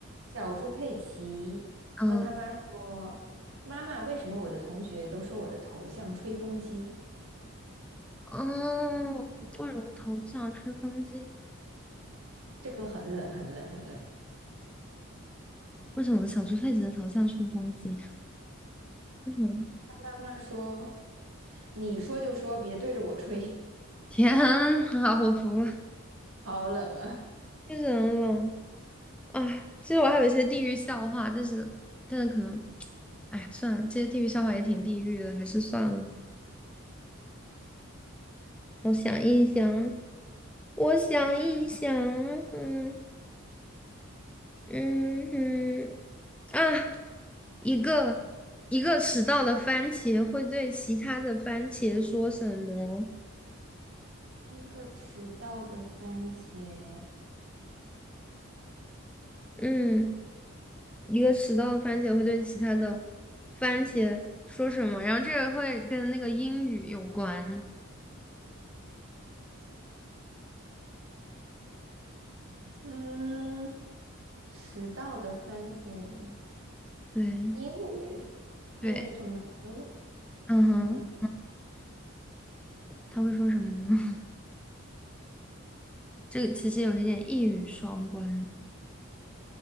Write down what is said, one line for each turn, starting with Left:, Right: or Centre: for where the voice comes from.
Right: 小猪佩奇问他妈说：
Centre: 嗯
Right: “妈妈，为什么我的同学都说我的头像吹风机？”
Centre: 嗯，为什么头像吹风机？
Right: 这个很冷，很冷，很冷。
Centre: 为什么小猪佩奇的头像吹风机？为什么？
Right: 慢慢说，你说就说，别对着我吹，
Centre: 天啊，我服了。
Right: <laughs> 好冷啊！
Centre: 确实很冷啊。其实我还有一些地域笑话，但是但是可能，哎，算了，这些地域笑话也挺地域的，还是算了。我想一想，我想一想，嗯嗯哼，啊，一个一个迟到的番茄会对其他的番茄说什么？
Right: 一个迟到的番茄，
Centre: 嗯，一个迟到的番茄会对其他的番茄说什么？然后这个会跟那个英语有关。
Right: 嗯，迟到的番茄，
Centre: 对
Right: 英语，
Centre: 对，
Right: 英语 tomato，
Centre: 嗯哼，
Right: 嗯，
Centre: 他会说什么呢？<laughs> 这个其实有一点一语双关，